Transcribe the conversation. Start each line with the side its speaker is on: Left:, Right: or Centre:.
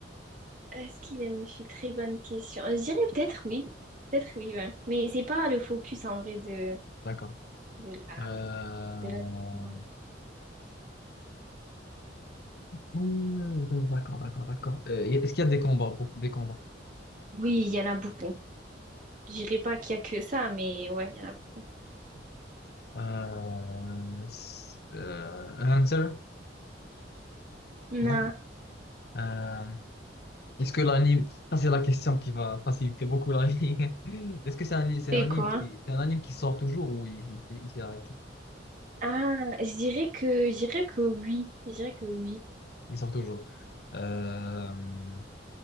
Right: Est-ce qu'il aime une fille? Très bonne question. Je dirais peut-être oui. Peut-être oui, ouais. Mais c'est pas le focus en vrai de,
Left: D'accord.
Right: de la,
Left: Euh,
Right: de la- du manga.
Left: hmm, d'accord, d'accord, d'accord. Euh, est-ce qu'il y a des combats? Beaucoup des combats.
Right: Oui, il y en a beaucoup. Je dirais pas qu'il y a que ça, mais ouais, il y en a beaucoup.
Left: Euh, s- euh, Hunter?
Right: Non.
Left: Non. Euh, Est-ce que l'anime, ça c'est la question qui va faciliter beaucoup la vie. <laughs> Est-ce que c'est un, c'est
Right: C'est
Left: un anime
Right: quoi?
Left: qui, c'est un anime qui sort toujours ou il, il s'est il s'est arrêté?
Right: Ah, je dirais que, je dirais que oui. Je dirais que oui.
Left: Il sort toujours. Euh,